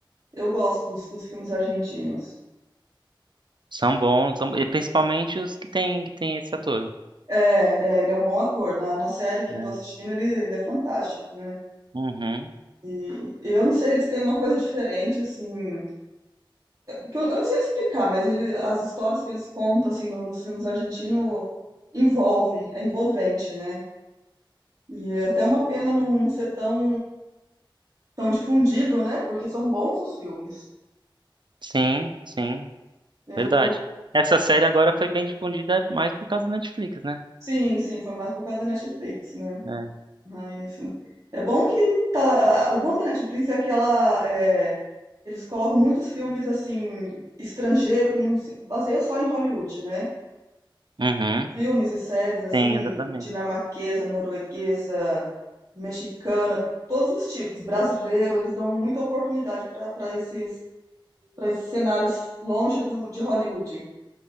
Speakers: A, on the right (about 40°); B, on the right (about 60°).
A: eu gosto dos, dos filmes argentinos.
B: São bons, são... e principalmente os que tem, que tem esse ator,
A: É, é, ele é um bom ator. Na, na série que
B: né?
A: eu tô assistindo, ele, ele é fantástico, né?
B: Uhum.
A: E eu não sei, eles têm uma coisa diferente, assim, que eu, eu não sei explicar, mas ele, as histórias que eles contam, assim, no- nos filmes argentinos envolve, é envolvente, né? E é até uma pena não, não ser tão, tão difundido, né? Porque são bons os filmes.
B: Sim, sim,
A: Eu,
B: verdade.
A: eu
B: Essa série agora foi bem difundida mais por causa da Netflix, né?
A: Sim, sim, foi mais por causa da Netflix, né?
B: É.
A: Mas hum, é bom que tá. O bom da Netflix é que ela, é, eles colocam muitos filmes assim estrangeiro que não se baseia só em Hollywood, né?
B: Uhum.
A: Filmes e séries assim
B: Sim, exatamente.
A: dinamarquesa, norueguesa, mexicana, todos os tipos. Brasileiro, eles dão muita oportunidade para para esses para esses cenários longe do de Hollywood.